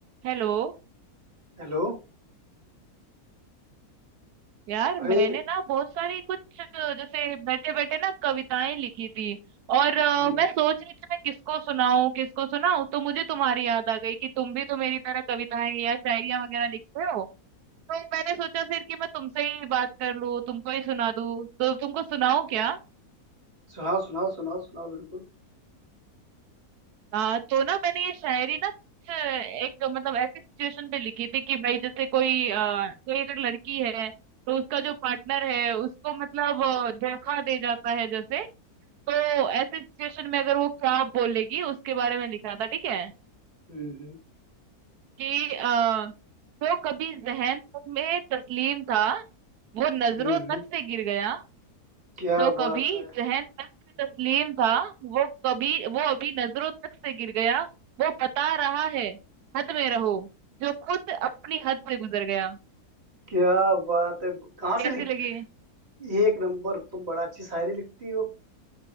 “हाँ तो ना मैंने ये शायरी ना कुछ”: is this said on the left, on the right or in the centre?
Right